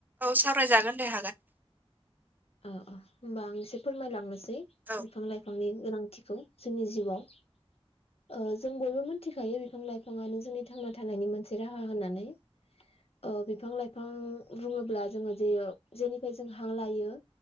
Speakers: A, on the right; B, on the left.
A: औ सावरायजागोन दे हागोन।
B: औ अ होमबा आं एसे फोरमायलांनोसै
A: औ
B: बिफां-लाइफांनि गोनांथि जोंनि जिउआव जों बयबो मिथिखायो बिफां लाइफाङानो जोंनि थांना थानायनि मोनसे से राहा होनानै। ओ बिफां लाइफां बुङोब्ला जोङो जे जेनिफ्राय जों हां लायो।